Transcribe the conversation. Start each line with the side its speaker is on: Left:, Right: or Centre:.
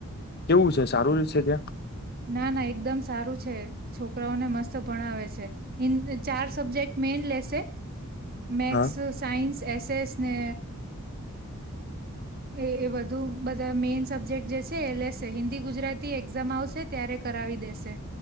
Left: કેવું છે સારું રેશે ત્યાં?
Right: ના ના એકદમ સારું છે છોકરાઓને મસ્ત ભણાવે છે હિન ચાર સબ્જેક્ટ મેઈન લેશે મેક્સ
Left: હા
Right: સાઈન્સ એસ એસ ને
Left: <inaudible>
Right: એ એ બધું બધા મેઈન સબ્જેક્ટ જે છે એ લેશે હિન્દી ગુજરાતી એક્ઝામ આવશે ત્યારે કરાવી દેશે.